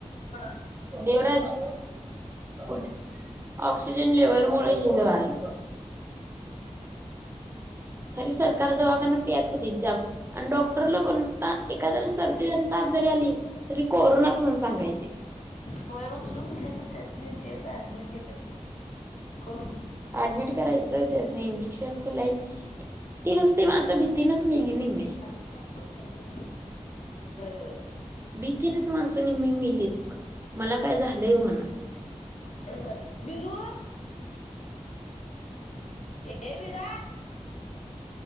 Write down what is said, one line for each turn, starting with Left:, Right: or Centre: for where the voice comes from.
Left: होड
Right: देवराज कठे ऑक्सिजन लेवल मु हेलं. खरी सरकार दवाखाना पिया खुतीत जाम. आणि डॉक्टर ल कर नसता एखाद्याला सर्दी ताप जरी आली. तरी कोरोनाच म्हण सांगायचे.
Left: होय उचलून घ्याच त्यासनी तेच ऍडमिट हे करून
Right: अऍडमिट करायचं त्यासनी इंजेक्शनच लाईन ती नुसती माझ्या भीतीनच मिेली न मी
Left: वय वय
Right: भीतीनच माणसं नेहमी मेलीत मला काय झालंय म्हणून
Left: होय होय विरू ए विरा